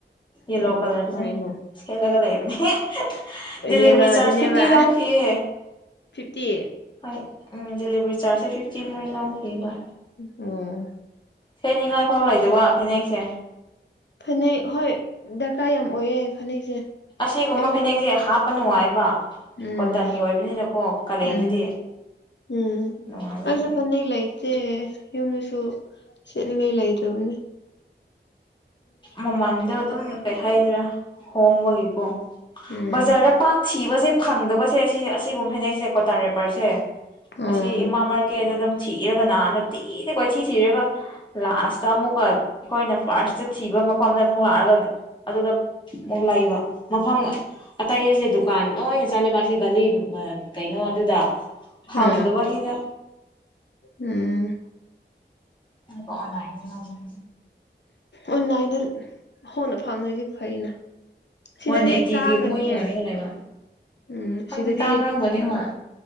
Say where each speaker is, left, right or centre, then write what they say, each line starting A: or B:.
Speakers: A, on the left; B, on the left.
A: ꯌꯦꯂꯣ
B: ꯑꯣ
A: ꯀꯂꯔꯗꯨꯅꯦ
B: ꯐꯩꯅꯦ
A: ꯁꯦꯠꯂꯒ ꯂꯩꯕꯅꯦꯍ ꯗꯤꯂꯤꯚꯔꯤ
B: ꯌꯦꯜꯂꯣ
A: ꯆꯥꯔꯖ
B: ꯑꯗꯨꯅꯦꯕ
A: ꯐꯤꯐꯇꯤ ꯂꯧꯈꯤꯌꯦ
B: ꯐꯤꯐꯇꯤ
A: ꯍꯣꯏ ꯎꯝ ꯗꯤꯂꯤꯚꯔꯤ ꯆꯥꯔꯖꯁꯦ ꯐꯤꯐꯇꯤ ꯃꯣꯏ ꯂꯧꯈꯤꯕ
B: ꯎꯝ
A: ꯁꯦꯠꯉꯥꯏ ꯐꯥꯎ ꯂꯩꯗꯕ ꯐꯅꯦꯛꯁꯦ
B: ꯐꯅꯦꯛ ꯍꯣꯏ ꯗꯔꯀꯥꯔ ꯌꯥꯝ ꯑꯣꯏꯌꯦ ꯐꯅꯦꯛꯁꯦ
A: ꯑꯁꯤꯒꯨꯝꯕ
B: ꯑꯩꯁꯨ
A: ꯐꯅꯦꯛꯁꯦ ꯍꯥꯞꯄ ꯅꯨꯡꯉꯥꯏꯕ
B: ꯎꯝ
A: ꯀꯣꯇꯟꯒꯤ ꯑꯣꯏꯕꯅꯤꯅꯀꯣ ꯀꯥꯂꯦꯟꯗꯗꯤ
B: ꯎꯝ ꯎꯝ
A: ꯅꯨꯡꯉꯥꯏꯕꯗꯨꯒꯤ
B: ꯑꯁꯨ ꯐꯅꯦꯛ ꯂꯩꯥ ꯇꯦ ꯌꯨꯝꯗꯁꯨ ꯁꯦꯠꯅꯤꯡꯉꯥꯏ ꯂꯩꯇꯕꯅꯦ
A: ꯃꯃꯜꯗꯣ ꯑꯗꯨꯝ ꯀꯩ ꯍꯥꯏꯗꯣꯢꯅꯣ ꯍꯣꯡꯕꯒꯤꯀꯣ
B: ꯎꯝ
A: ꯕꯖꯥꯔꯗ ꯄ ꯊꯤꯕꯁꯦ ꯐꯪꯗꯕꯁꯦ ꯁꯤ ꯑꯁꯤꯒꯨꯝꯕ ꯐꯦꯅꯦꯛꯁꯦ ꯀꯣꯇꯥꯟ ꯔꯦꯄꯔꯁꯦ
B: ꯑꯣ
A: ꯑꯁꯤ ꯏꯃ ꯃꯀꯦꯠꯗ ꯑꯗꯨꯝ ꯊꯤꯔꯒ ꯅꯍꯥꯟꯗꯒꯤ ꯊꯤꯔꯒ ꯀꯣꯏꯊꯤ ꯊꯤꯔꯒ ꯂꯥꯁꯇ ꯑꯃꯨꯛꯀ ꯑꯩꯈꯣꯏꯅ ꯐꯥꯔꯁꯇ ꯊꯤꯕ ꯃꯐꯝꯗ ꯑꯃꯨꯛ ꯂꯥꯛꯑꯒ ꯑꯗꯨꯗ ꯑꯃꯨꯛ ꯂꯩꯕ ꯃꯐꯝꯒ ꯑꯇꯩ ꯑꯁꯦ ꯗꯨꯀꯥꯟ ꯂꯣꯏꯅ ꯆꯠꯂꯦ ꯃꯥꯁꯦ ꯒꯂꯤ ꯀꯩꯅꯣ ꯑꯗꯨꯗ ꯍꯪꯗꯕꯅꯤꯅ
B: ꯑ ꯎꯝ
A: ꯑꯃꯨꯛꯀ ꯑꯣꯟꯂꯟꯗꯒꯤ ꯂꯧꯅꯤ
B: ꯑꯣꯟꯂꯥꯏꯟꯗ ꯍꯣꯡꯅ ꯐꯪꯉꯗꯤ ꯐꯩꯅ ꯁꯤꯗꯗꯤ
A: ꯋꯥꯟ ꯑꯩꯠꯇꯤꯒꯤ
B: ꯇꯥꯡꯉꯅꯤꯌꯦ
A: ꯃꯣꯏ ꯌꯣꯟꯔꯒ ꯂꯩꯕ
B: ꯎꯝ
A: ꯈꯪꯗꯦ
B: ꯁꯤꯗꯗꯤ
A: ꯇꯥꯡꯔꯝꯒꯅꯤ ꯍꯣꯏ